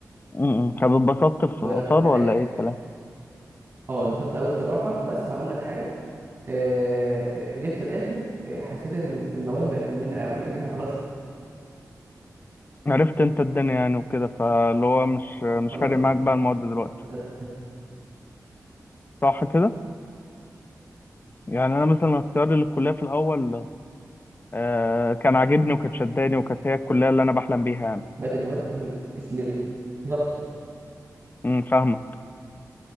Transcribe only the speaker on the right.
لو انا
كنت
عاي-
اه اتبسطت قوي الصراحه بس هقول لك حاجه آه، آه، جيت في الاخر آه، حسيت ان المواد بقت ممله قوي يعني احنا خلاص
خلصنا
تدريب
بقت المواد اسلامي بالظبط